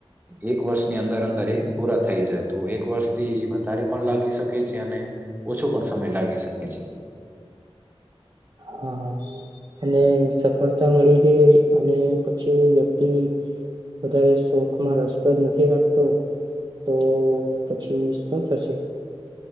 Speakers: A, on the right; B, on the right.
A: એક વર્ષની અંદર <unintelligible> પૂરા થઈ જાય તો એક વર્ષ થી વધારે પણ લાગી શકે છે અને ઓછો પણ સમય લાગી શકે છે.
B: હા અને સફળતા મળી જાય અને પછી વ્યક્તિ વધારે શોખમાં રસપ્રદ નથી રાખતો તો પછી શું થશે?